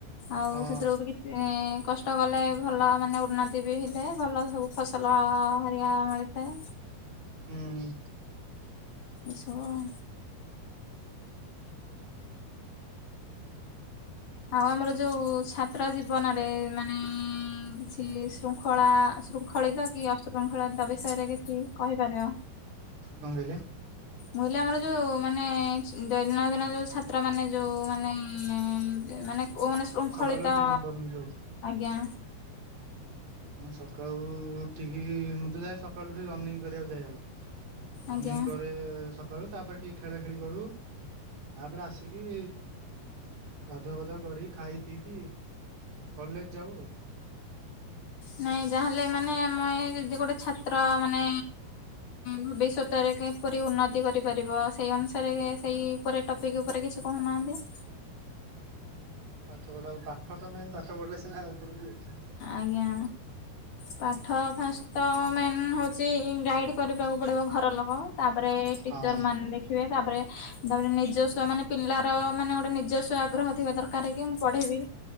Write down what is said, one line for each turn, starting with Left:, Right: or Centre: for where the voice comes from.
Left: ଆଉ
Right: ହଁ
Left: ସେଥିରୁବି ଏଁ କଷ୍ଟ କଲେ ଭଲ ମାନେ ଉନ୍ନତି ବି ହେଇଥାଏ ଭଲ ହଉ ଫସଲ ହେରିକା ମିଳିଥାଏ।
Right: ହୁଁ।
Left: ଏସବୁ ଆଉ। ଆଉ ଆମର ଯୋଉ ଛାତ୍ର ଜୀବନରେ ମାନେ ଆଉ କିଛି ଶୃଙ୍ଖଳା ଶୃଙ୍ଖଳିତ କି ଅଶୃଙ୍ଖଳିତ ବିଷୟରେ କିଛି କହିପାରିବ?
Right: କଣ କହିଲେ?
Left: ମୁ କହିଲି ଆମର ଯୋଉ ମାନେ ଦୈନନ୍ଦିନ ଦିନ ଯୋଉ ଛାତ୍ର ମାନେ ଯୋଉ ମାନେ ମାନେ କୋ ମାନେ ଶୃଙ୍ଖଳିତ
Right: ସକାଳୁ ଉଠିକି କଣ କରନ୍ତି ସବୁ
Left: ଆଜ୍ଞା।
Right: ମୁଁ ସକାଳୁ ଉଠିକି ମୁଁ ତ ଯାଏ ସକାଳୁ ଉଠିକି ରନିଂ କରିବାକୁ ଯାଏ ଆଗ। ରନିଂ
Left: ଆଜ୍ଞା।
Right: କରେ ସ କରୁ ତାପରେ ଟିକେ ଖେଳା ଖେଳି କରୁ ତାପରେ ଆସିକି ଗାଧୁଆ ଗଧୁଆ କରିକି ଖାଇ ପିଇକି କଲେଜ ଯାଉ ଆଉ।
Left: ନାଇଁ ଯାହାହେଲେ ମାନେ ମୁଇ ଯଦି ଗୋଟେ ଛାତ୍ର ମାନେ ଭବିଷ୍ୟତ ରେ କିପରି ଉନ୍ନତି କରିପାରିବ ସେଇ ଅନୁସାରେ ସେଇ ଉପରେ ଟପିକ ଉପରେ କିଛି କହୁନାହାନ୍ତି।
Right: ପାଠ ପଢା ପାଠ ତ ମେନ୍ ପାଠ ପଢିଲେ ସିନା ଉପରକି ଯିବେ।
Left: ଆଜ୍ଞା ପାଠ ଫାଷ୍ଟ ତ ମେନ୍ ହେଉଛି ଗାଇଡ଼୍ କରିବାକୁ ପଡିବ ଘର ଲୋକ ତାପରେ ଟିଚର
Right: ହଁ
Left: ମାନେ ଦେଖିବେ ତାପରେ ତାପରେ ନିଜସ୍ୱ ମାନେ ପିଲାର ମାନେ ଗୋଟେ ନିଜସ୍ଵ ଆଗ୍ରହ ଥିବା ଦରକାର କି ମୁଁ ପଢ଼େଇବି